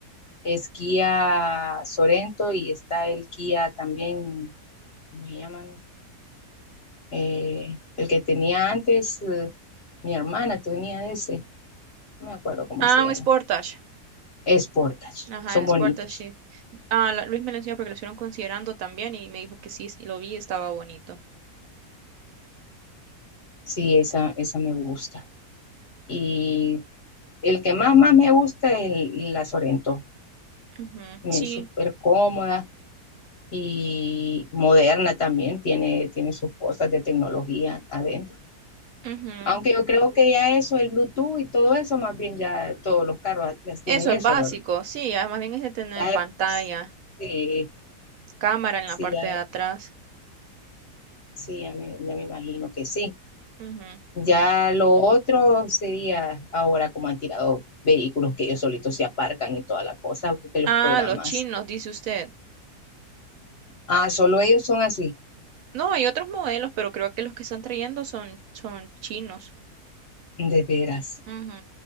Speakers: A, on the left; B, on the right.
A: es Kia Sorento y está el Kia también, ¿cómo se llaman? Eh, el que tenía antes, eh, mi hermana tenía ese, no me acuerdo cómo
B: Ah,
A: se llama.
B: un Sportage.
A: Es Sportage,
B: Ajá,
A: son
B: el
A: bonitos.
B: Sportage, sí. Ah, la- Luis me lo enseñó porque lo estuvieron considerando también y me dijo que sí, y lo vi, estaba bonito.
A: Sí, esa, esa me gusta. Y el que más, más me gusta es el- la Sorento.
B: Ujú,
A: También
B: Sí,
A: Es súper cómoda y moderna también, tiene, tiene sus cosas de tecnología adentro.
B: ujú.
A: Aunque yo creo que ya eso, el Bluetooth y todo eso, más bien ya todos los carros las tienen
B: Eso
A: eso,
B: es básico,
A: ¿verdad?
B: sí, además bien es de tener
A: Ya
B: pantalla,
A: es- sí,
B: cámara en
A: sí,
B: la parte
A: ya,
B: de atrás.
A: sí, ya me, ya me imagino que sí.
B: Ujú.
A: Ya
B: Ujú.
A: lo otro sería ahora como han tirado vehículos que ellos solitos se aparcan y toda la cosa, porque los
B: Ah,
A: programas.
B: los chinos, dice usted.
A: Ah, solo ellos son así.
B: No, hay otros modelos, pero creo que los que están trayendo son, son chinos.
A: De veras,
B: Ujú,